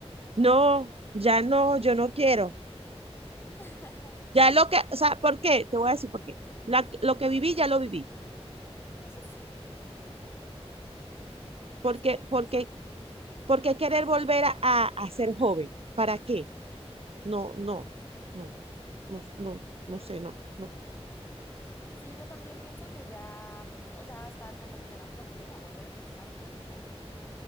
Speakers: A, on the right; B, on the left.
A: No, ya no, yo no quiero.
B: <laughs>
A: Ya lo que, o sea, ¿por qué? Te voy a decir por qué. La- lo que viví, ya lo viví.
B: Eso sí,
A: Porque,
B: sí, no, y-
A: porque, porque
B: dime.
A: querer volver a, a, a ser joven. ¿Para qué? No, no, no, no, no, no sé, no, no.
B: Sí, yo también pienso que ya, mm, o sea, hasta como que me da flojera volver a empezar una vida.